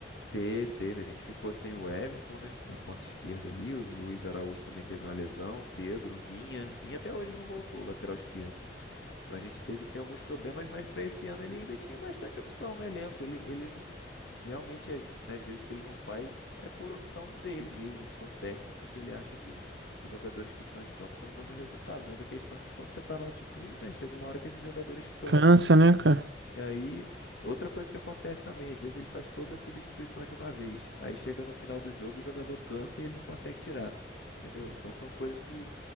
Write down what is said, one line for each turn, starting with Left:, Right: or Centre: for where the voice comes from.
Left: Teve, teve. A gente ficou sem o Everton, né? Na ponta esquerda ali. O Luiz Araújo também teve uma lesão. Pedro, Vinha. Vinha até hoje não voltou, lateral esquerdo. Então a gente teve sim alguns problemas, mas para esse ano ele ainda tinha bastante opção no elenco. Ele, ele não. Realmente, às, nas vezes que ele não faz, é por opção dele mesmo, opção técnica, que ele acha que os jogadores que estão em campo estão dando resultado. Mas a questão é que quando você está na altitude, né? Chega uma hora que esses jogadores cansam.
Right: Cansa, né, cara?
Left: E aí, outra coisa que acontece também, às vezes ele faz todas as substituições de uma vez. Aí chega no final do jogo, o jogador cansa e ele não consegue tirar. Entendeu? Então são coisas que,